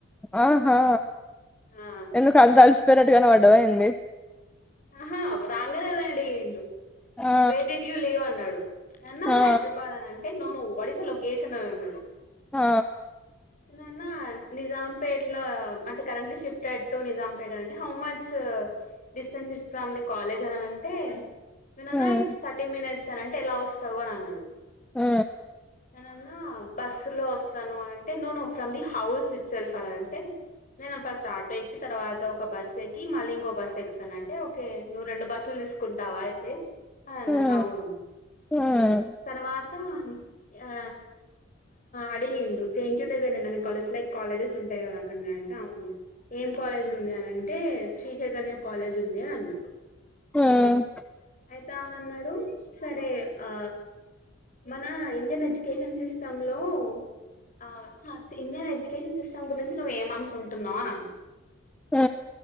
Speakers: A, in the centre; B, on the left.
A: ఆహా
B: ఆ
A: ఎందుకు అంత అలిసిపోయినట్టు కనపడ్డవా ఏంది
B: ఆహా వ్రలేదని అడిగిండు
A: ఆ
B: వేర్ డిడ్ యు లీవ్ అన్నాడు నన్న
A: ఆ
B: హైదరాబాద్ అని అంటే no no no what is the location అని అన్నాడు
A: ఆ
B: నేననా నిజాంపేటలో అంటే కరెంట్లీ షాఫెటెడ్ టో నిజాంపేట అంటే హౌ మచ్ డిస్టెన్స్ ఇష్టంది కాలేజ్ అనింటే నన్నా
A: హ్మ్
B: ఇట్స్ థర్టీ మినిట్స్ సార్ అంటే ఎలా వస్తావు అని అన్నాడు
A: ఆ
B: నేనన్నా బస్సు లో వస్తాను అంటే no no from the house it సెల్ఫన్ అంటే నేను ఫస్ట్ ఆటో ఎక్కి తర్వాత ఒక బస్ ఎక్కి మళ్ళీ ఇంకో బస్సు ఎక్కు స్తానంటే ఓకే నువ్వు రెండు బస్సులు తీసుకుంటావా అయితే అన్నాడు
A: హ్మ్
B: అవును
A: హ్మ్
B: తర్వాత ఆ అడిగిండు జెంట్యూ దగ్గరన్న మీ కాలజ లైక్ కాలేజెస్ ఉంటాయి కదా అక్కడనే అంటే అవును ఏం కాలేజ్ ఉంది అని అంటే శ్రీ చైతన్య కాలేజ్ ఉంది అన్న
A: హ్మ్
B: అయితే అని అన్నాడు సరే ఆ మన ఇండియన్ ఎడ్యుకేషన్ సిస్టమ్ లో ఆ ఇండియన్ ఎడ్యుకేషన్ సిస్టమ్ గురించి నువ్్వ ఏమనుకుంటున్నావు అన
A: ఆ